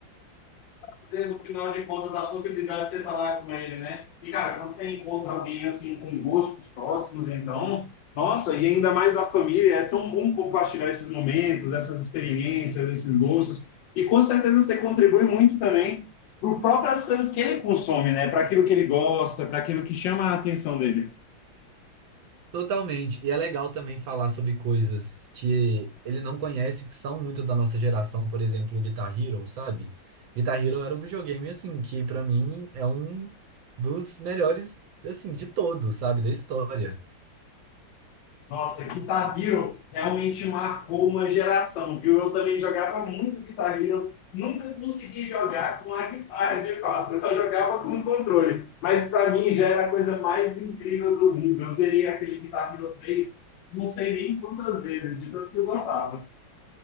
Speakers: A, on the left (about 75°); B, on the right (about 75°).
A: trazer, no final de contas, a possibilidade de você estar lá com ele, né? E, cara, quando você encontra alguém, assim, com gostos próximos, então, nossa, e ainda mais da família, é tão bom compartilhar esses momentos, essas experiências, esses gostos. E, com certeza, você contribui muito também para as próprias coisas que ele consome, né? Para aquilo que ele gosta, para aquilo que chama a atenção dele.
B: Totalmente. E é legal também falar sobre coisas que ele não conhece, que são muito da nossa geração, por exemplo, o Guitar Hero, sabe? Guitar Hero era um videogame, assim, que pra mim é um dos melhores, assim, de todos, sabe? Da história.
A: Nossa, Guitar Hero realmente marcou uma geração, viu? Eu também jogava muito Guitar Hero, nunca consegui jogar com a guitarra de fato, eu só jogava com o controle. Mas para mim já era a coisa mais incrível do mundo. Eu zerei aquele Guitar Hero três, não sei nem quantas vezes, de tanto que eu gostava.